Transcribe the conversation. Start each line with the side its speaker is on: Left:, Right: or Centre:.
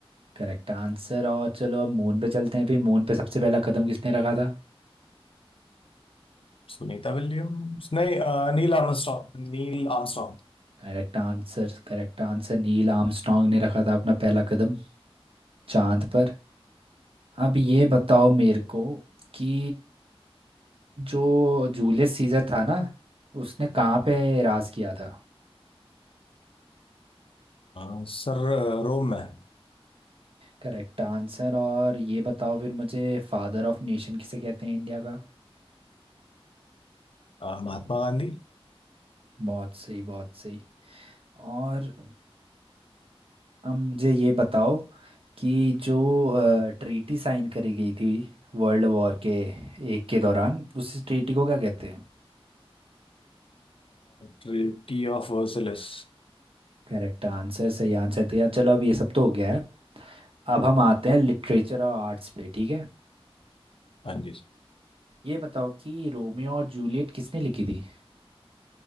Right: Correct answer और चलो अब मून पे चलते हैं फिर मून पे सबसे पहला कदम किसने रखा था
Left: सुनीता विलियम्स नहीं अ, नील आर्मस्ट्रॉन्ग नील आर्मस्ट्रॉन्ग
Right: Correct answer correct answer Neil Armstrong ने रखा था अपना पहला कदम चांद पर अब ये बताओ मेरे को कि जो जूलियस सीजर था ना उसने कहाँ पे राज किया था
Left: अ, सर अ, रोम में
Right: Correct answer और ये बताओ फिर मुझे फादर ऑफ नेशन किसे कहते हैं इंडिया का
Left: अ, महात्मा गांधी
Right: बहुत सही बहुत सही और अब मुझे ये बताओ कि जो ट्रीटी साइन करी गई थी वर्ल्ड वॉर के एक के दौरान उस ट्रीटी को क्या कहते हैं
Left: Treaty of Versailles
Right: करेक्ट आंसर सही आंसर दिया चलो अब ये सब तो हो गया है अब हम आते हैं लिटरेचर और आर्ट्स पे ठीक है
Left: हाँ जी
Right: ये बताओ कि रोमियो और जूलियट किसने लिखी थी